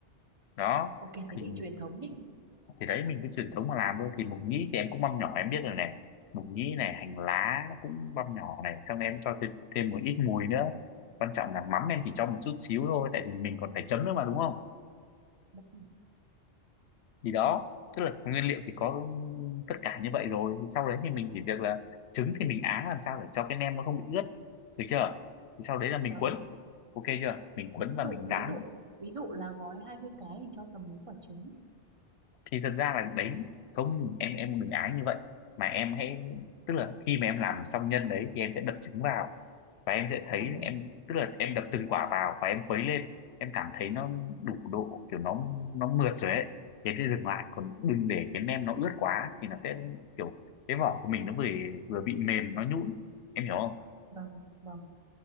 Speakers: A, on the left (about 70°); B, on the right (about 30°).
A: đó
B: ok thế
A: thì
B: mình truyền thống đi
A: thì đấy mình cái truyền thống mà làm thôi thì mộc nhĩ thì em cũng băm nhỏ em biết rồi này mộc nhĩ này hành lá cũng băm nhỏ này xong em cho thêm, thêm một ít mùi nữa quan trọng là mắm em chỉ cho một chút xíu thôi tại vì mình còn phải chấm nữa mà đúng
B: Rồi,
A: không
B: ok,
A: thì đó tức là nguyên liệu thì có tất cả như vậy rồi sau đấy thì mình chỉ việc là trứng thì mình áng làm sao để cho cái nem nó không bị ướt được chưa thì sau đấy là mình
B: vâng
A: cuốn ok chưa mình cuốn
B: ví
A: và
B: dụ
A: mình
B: ví
A: rán
B: dụ ví dụ là gói 20 cái thì cho tầm mấy quả trứng
A: thì thật ra là đấy không em em đừng ái như vậy mà em hãy tức là khi mà em làm xong nhân đấy thì em sẽ đập trứng vào và em sẽ thấy
B: à
A: em tức là em đập từng quả vào và em khuấy lên em cảm thấy nó đủ độ kiểu nó nó mượt rồi ấy thì em sẽ dừng lại còn đừng để cái nem nó ướt quá thì nó sẽ kiểu cái vỏ của mình nó vừa vừa bị mềm nó nhũn em hiểu không
B: vâng vâng